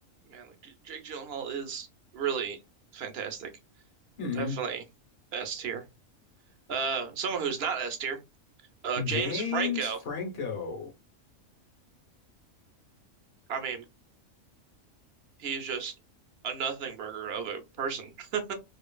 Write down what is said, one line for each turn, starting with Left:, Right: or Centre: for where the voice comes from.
Right: Man, like J- Jake Gyllenhaal is really fantastic.
Left: hmm
Right: Definitely S tier. Uh, someone who's not S tier, uh, James
Left: James
Right: Franco.
Left: Franco.
Right: I mean, he is just a nothing burger of a person <laughs>